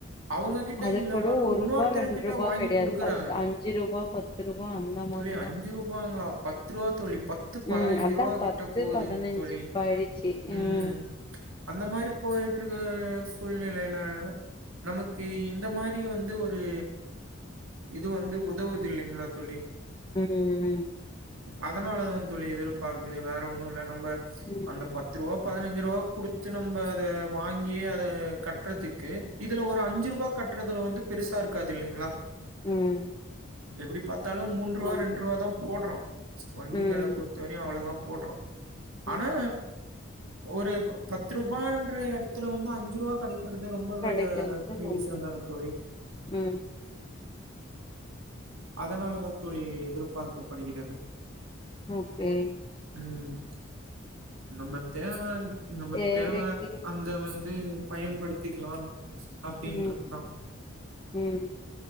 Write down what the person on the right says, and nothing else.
அவுங்க கிட்ட
இல்லனாலும்
இன்னொருத்தர்க்
கிட்ட
வாங்கி
கொடுக்குறாங்க
தோழி
அஞ்சு ரூபாங்களா பத்து ரூவா தோழி பத்து பதினைஞ்சு
ரூபா கிட்ட
போகுதுங்
தோழி
உம்
அந்த மாரி போயிட் இருக்க சூழ்நிலைல நமக்கு இந்த மாரி வந்து ஒரு இது வந்து உதவுது இல்லைங்களா தோழி
அதனால தான் தோழி எதிர்பார்க்குது வேற ஒன்னு இல்ல நம்ம
அந்த பத்து ரூவா பதினஞ்சு ரூ ரூவா குடுத்து நம்ம அத வாங்கி அத கட்டுறதுக்கு இதுல ஒரு அஞ்சு ரூபா கட்டுறதுல வந்து பெருசா இருக்காது இல்லைங்களா
எப்படி பாத் பாத்தாலும் மூன்று ரூபா
ரெண்டு ரூபா தான் போட்றோம் வங்கிகளை
பொறுத்தவரையும் அவ்வளவுதான் போட்றோம்
ஆனா ஒரு பத்து ரூபான்ற எடத்துல வந்து அஞ்சு ரூபா கிடைக் கிடைக்குறது ரொம்ப
பெரிய
விஷயம் தானே தோழி
அதனாலதான் தோழி எதிர்பாரு ப்படிக்கது
ம் நம்ம தேவை நமக்கு
தேவை அந்த வந்து பயன்படுத்திக்கலாம் அப்படின்றதுதான்